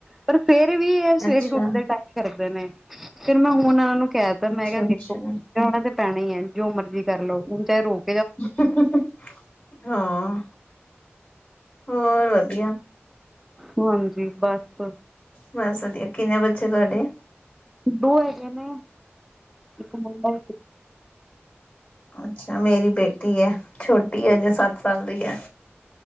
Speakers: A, in the centre; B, on the left.
A: ਪਰ ਫਿਰ ਵੀ ਇਹ ਸਵੇਰੇ
B: ਅੱਛਾ
A: ਉੱਠਦੇ ਟਾਈਮ ਕਰਦੇ ਨੇ ਫਿਰ ਮੈਂ ਹੁਣ ਇਹਨਾਂ ਨੂੰ ਕਹਿ ਦਿੱਤਾ
B: ਅੱਛਾ-ਅੱਛਾ
A: ਮੈਂ ਕਿਹਾ ਦੇਖੋ। ਉਠਨਾ ਤੇ ਪੈਣਾ ਹੀ ਹੈ। ਜੋ ਮਰਜ਼ੀ ਕਰ ਲਓ ਹੁਣ ਚਾਹੇ ਰੋਕ
B: <unintelligible> ਹਾਂ ਹੋਰ ਵਧੀਆ
A: ਹਾਂਜੀ ਬਸ
B: ਬਸ ਵਧੀਆ ਕਿੰਨੇ ਬੱਚੇ ਤੁਹਾਡੇ
A: ਦੋ ਹੈਗੇ ਨੇ ਇੱਕ ਮੁੰਡਾ ਇਕ
B: ਅੱਛਾ ਮੇਰੀ ਬੇਟੀ ਹੈ। ਛੋਟੀ ਹੈ ਅਜੇ ਸੱਤ ਸਾਲ ਦੀ ਹੈ।